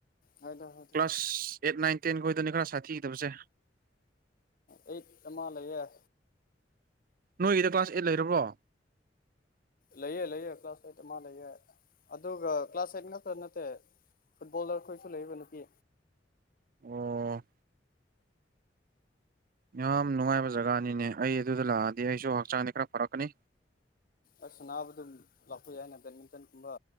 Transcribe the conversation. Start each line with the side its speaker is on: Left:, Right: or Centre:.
Left: ꯍꯣꯏꯗ ꯍꯣꯏꯗ
Right: ꯀ꯭ꯂꯥꯁ ꯑꯦꯠ ꯅꯥꯏꯟ ꯇꯦꯟꯒꯤ ꯑꯣꯏꯗꯣꯏꯅꯤ ꯈꯔ ꯁꯥꯊꯤꯒꯗꯕꯁꯦ
Left: ꯑꯩꯠ ꯑꯃ ꯂꯩꯌꯦꯦ
Right: ꯅꯣꯏꯒꯤꯗ ꯀ꯭ꯂꯥꯁ ꯑꯦꯠ ꯂꯩꯔꯕ꯭ꯔꯣ
Left: ꯂꯩꯌꯦꯦ ꯂꯩꯌꯦꯦ ꯀ꯭ꯂꯥꯁ ꯑꯩꯠ ꯑꯃ ꯂꯩꯌꯦꯦ ꯑꯗꯨꯒ ꯀ꯭ꯂꯥꯁ ꯑꯩꯠ ꯉꯥꯛꯛꯇ ꯅꯠꯇꯦ ꯐꯨꯠꯕꯣꯂꯔ ꯑꯩꯈꯣꯏꯁꯨ ꯂꯩꯔꯤꯕ ꯅꯨꯄꯤ
Right: ꯑꯣ ꯌꯥꯝ ꯅꯨꯡꯉꯥꯏꯕ ꯖꯒꯥꯅꯤꯅꯦ ꯑꯩ ꯑꯗꯨꯗ ꯂꯥꯛꯑꯗꯤ ꯑꯩꯁꯨ ꯍꯛꯆꯥꯡꯗꯤ ꯈꯔ ꯐꯔꯛꯀꯅꯤ
Left: ꯑꯁ ꯅꯥꯕ ꯑꯗꯨꯝ ꯂꯥꯛꯄ ꯌꯥꯏꯩꯅ ꯕꯦꯠꯃꯤꯟꯇꯟꯒꯨꯝꯕ